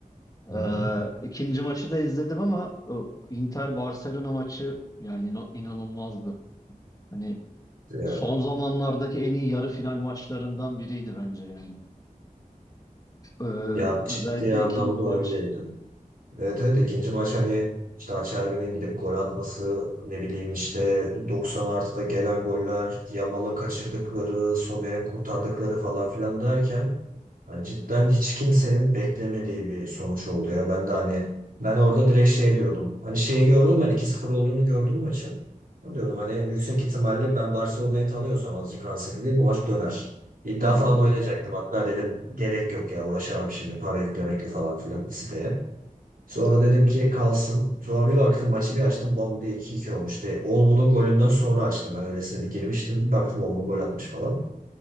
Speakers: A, on the right; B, on the left.
A: Hı
B: Ee,
A: hı.
B: ikinci maçı da izledim ama e, Inter Barcelona maçı yani ino- inanılmazdı. Hani
A: Ya,
B: son zamanlardaki en iyi yarı final maçlarından biriydi bence yani. Ee,
A: ya ciddi
B: özellikle
A: anlamda
B: ikinci maç.
A: öyleydi. Evet evet ikinci maç hani işte Acerbi'nin gidip gol atması ne bileyim işte 90 artıda gelen goller, Yamal'ın kaçırdıkları, Sommer'in kurtardıkları falan filan derken Yani cidden hiç kimsenin beklemediği bir sonuç oldu ya. Ben de hani ben orada direkt şey diyordum. Hani şeyi gördüm ben iki sıfır olduğunu gördüm maçın. Ben diyordum hani yüksek ihtimalle ben Barcelona'yı tanıyorsam azıcık Hansi Flick bu maç döner. İddia
B: Hı hı.
A: falan oynayacaktım hatta dedim gerek yok ya uğraşamam şimdi para yüklemekle falan filan siteye. Sonra dedim ki kalsın. Sonra bir baktım maçı bir açtım bam diye iki 2 olmuş. De, Olmo'nun golünden sonra açtım ben öylesine bir girmiştim. Bir baktım Olmo gol atmış falan.